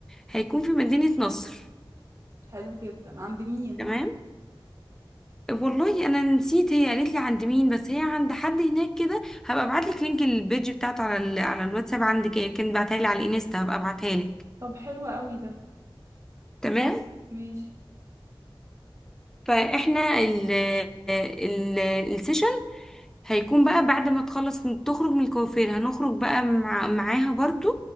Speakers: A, in the centre; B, on the right.
A: هيكون في مدينة نصر
B: حلو جدا عند مين
A: تمام والله انا نسيت هي قالت لي عند مين بس هي عند حد هناك كده هبقى ابعت لك لينك البيج بتاعته على ال... على الواتساب عندك هي كانت بعتها لي على الانستا هبقى ابعتها لك
B: طب حلو قوي ده
A: تمام
B: ماشي
A: فاحنا ال ال السيشن هيكون بقى بعد ما تخلص من- تخرج من الكوافير هنخرج بقى مع معاها برضو